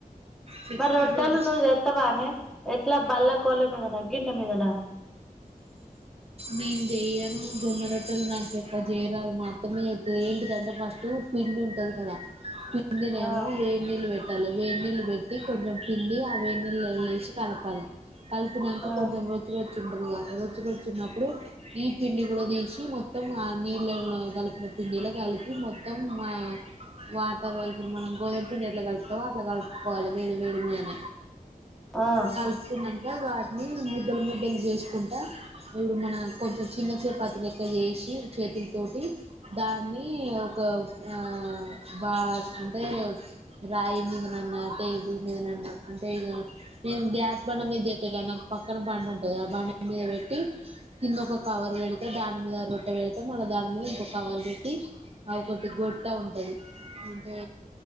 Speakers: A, on the right (about 45°); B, in the centre.
A: చెప్తలేరు
B: మరి రోట్టలు ను చేత్తవనే ఎట్లా బాల్ల కొల్ల మీదనా గిన్న మీదనా
A: నేను జెయ్యను జొన్న రొట్టలు నాకు ఎక్కువ జెయ్యరాదు మాత్తమ్మ చేత్తది ఏంటిదంటే ఫస్టు పిండి ఉంటది కదా పిండినేమో
B: ఆ
A: వేడి నీళ్లు పె ట్టలె వేడినీళ్లు పెట్టి కొంచెం పిండి ఆ వే నిళ్ళలేసి కలపాలి కలిపినంక
B: ఆ
A: కొంచెం రొచ్చు రొచ్చు ఉంటదిగా రోచ్చు రొచ్చు న్నప్పుడు ఈ పిండి కూడా తీసి మొత్తంఆ నీళ్ళలో కలిపిన పిండిలోకలిపి మొ మొం ఆ వాటర్ ఇప్పుడు మనం గోదుమ పిండి ఎట్లా కలుపుతామో అట్లా కలుపుకోవాలె వేడి వేడి మీద
B: ఆ
A: కాల్పునంక వాటిని ముద్దలు ముద్దలు జెస్కుంటా డు మన కొంచెం చిన్న చపాతి లెక్క చేేసి చేతులతోటి దాన్ని ఒక ఆహ్ బ అంటే రాయి మీదనన్నా టేబుల్ మీదనాన అంటే ఇగ నేను గ్యాస్ బండ మీద జెస్తా కదా నాకు పక్కన బండ ఉంటందిగ ఆ బండ మీద పె ట్టి కింద ఒక కవర్ పెడిత దాని మీద రొట్టె పెడిత మళ్ళ దాని మీద ఇంకొక కవర్ పెట్టి ఆ ఒకటి గొట్ట ఉంటది ఉం టె